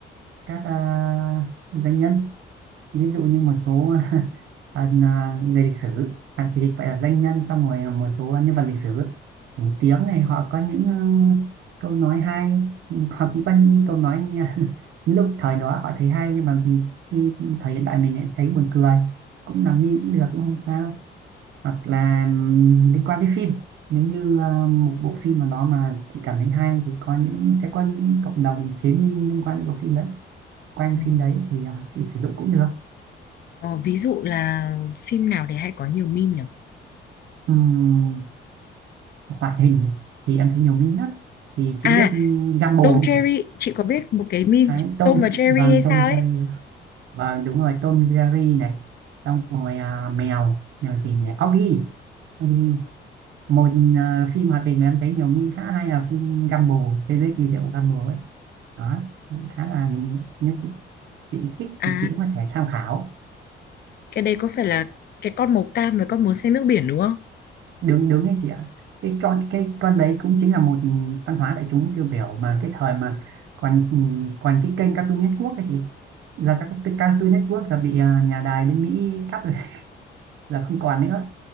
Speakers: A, on the right (about 75°); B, on the left (about 55°).
A: các à, danh nhân ví dụ như một số <laughs> à, à, người lịch sử à, thì gọi là danh nhân xong rồi một số nhân vật lịch sử nổi tiếng này họ có những ờ, câu nói hay họ cũng có những câu nói nghe <laughs> lúc thời đó họ thấy hay nhưng mà khi thời hiện đại mình lại thấy buồn cười cũng làm meme cũng được cũng không sao hoặc là liên quan đến phim nếu như ờ, một bộ phim nào đó mà chị cảm thấy hay thì có những sẽ có những cộng đồng chế meme liên quan đến bộ phim đấy quanh
B: Ờ,
A: phim đấy thì ờ, chị sử dụng cũng được
B: ờ, ví dụ là phim nào để hay có nhiều meme nhỉ?
A: Ừm, hoạt hình thì em thấy nhiều meme nhất thì chị
B: À
A: biết Gumball
B: Tom
A: không
B: Jerry
A: chị
B: chị có biết một cái meme
A: Đấy, Tom
B: Tom và Jerry
A: vâng
B: hay
A: Tom
B: sao
A: Jerry
B: ấy
A: vâng đúng rồi Tom Jerry này xong rồi à, mèo mèo gì nhỉ Oggy Oggy một à, phim hoạt hình mà em thấy nhiều meme khá hay là phim Gumball thế giới kỳ diệu của Gumball ấy đó khá là nếu chị chị thích
B: à
A: thì chị cũng có thể tham khảo
B: cái đây có phải là cái con màu cam và con màu xanh nước biển đúng không
A: đúng đúng đấy chị ạ cái con cái con đấy cũng chính là một văn hóa đại chúng tiêu biểu mà cái thời mà còn còn cái kênh Cartoon Network đấy chị giờ các cái Cartoon Network là bị à, nhà đài bên Mỹ cắt rồi <laughs> là không còn nữa